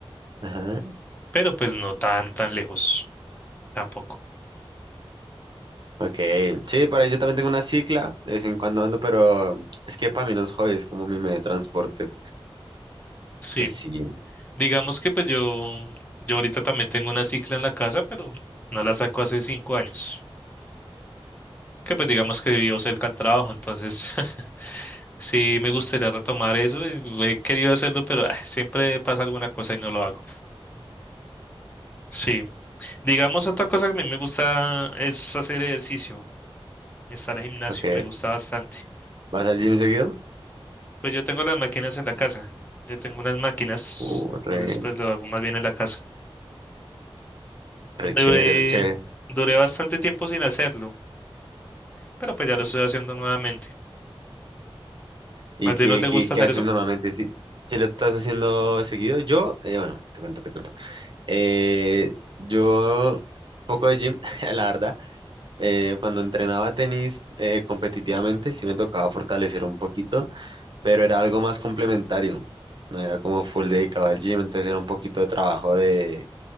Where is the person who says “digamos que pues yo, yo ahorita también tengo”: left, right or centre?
Left